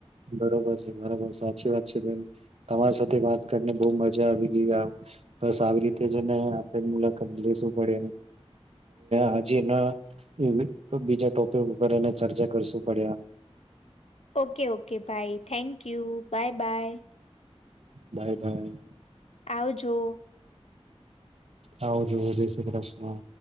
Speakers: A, on the right; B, on the left.
A: બરોબર છે બરોબર સાચી વાત છે. બેન તમારી સાથે વાત કરીને બહ મજા આવી. ગ બસ આવી રીતે જને આપ મુલાકાત લું પડ હ હજી બીજા ટોપિક ઉપર એ ચર્ચા કરશું પડ
B: ઓકે ઓકે ભાઈ thank you bye bye.
A: Bye bye.
B: આવજો.
A: આવજો જય શ્રી કૃષ્ણ.